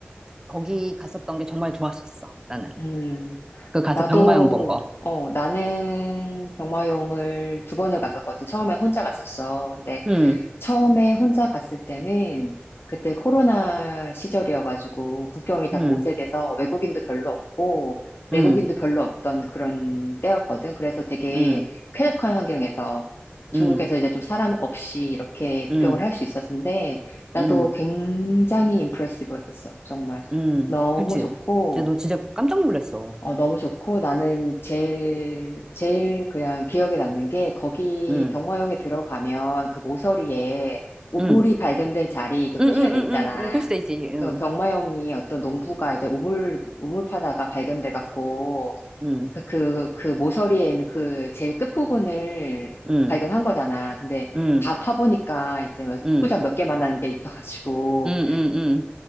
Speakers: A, on the right; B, on the left.
A: 거기 갔었던 게 정말 좋았었어, 나는.
B: 음.
A: 그 가서
B: 나도,
A: 병마용 본 거.
B: 어, 나는 병마용을 두 번을 갔었거든. 처음엔 혼자 갔었어. 근데
A: 응,
B: 처음에 혼자 갔을 때는 그때 코로나 시절이어가지고 국경이 다
A: 응,
B: 봉쇄돼서 외국인도 별로 없고 내국인도
A: 응,
B: 별로 없던 그런 때였거든. 그래서 되게
A: 응,
B: 쾌적한 환경에서 중국에서
A: 응,
B: 이제 좀 사람 없이 이렇게
A: 응,
B: 구경을 할 수 있었는데 나도
A: 응,
B: 굉장히 임프레시브했었어. 정말
A: 응.
B: 너무
A: 그치.
B: 좋고
A: 진짜 너 진짜 깜짝 놀랐어.
B: 어, 너무 좋고 나는 제일, 제일 그냥 기억에 남는 게 거기
A: 응,
B: 병화용에 들어가면 그 모서리에 우물이
A: 응,
B: 발견된 자리 그
A: 응,
B: 표시가
A: 응,
B: 돼
A: 응,
B: 있잖아.
A: 응, 응. 표시돼 있지. 응,
B: 그 병마용이 어떤 농부가 이제 우물, 우물 파다가 발견돼 갖고
A: 응,
B: 그, 그, 그 모서리에 있는 그 제일 끝부분을
A: 응,
B: 발견한 거잖아. 근데
A: 응,
B: 다 파보니까 이제 막
A: 응,
B: 축구장 몇 개 만나는 게 있어가지고
A: 응, 응, 응,